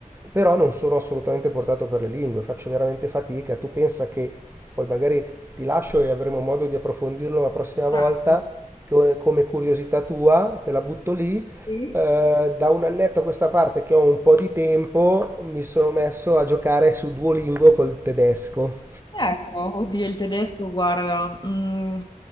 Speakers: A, on the right (about 15°); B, on the left (about 30°).
A: però non sono assolutamente portato per le lingue, faccio veramente fatica. Tu pensa che poi magari ti lascio e avremo modo di approfondirlo la prossima
B: Bravo.
A: volta, che- come curiosità tua, te la butto lì.
B: Sì.
A: Eh, da un annetto a questa parte che ho un po' di tempo, mi sono messo a giocare su Duolingo col tedesco.
B: Ecco, oddio, il tedesco, guarda, mm,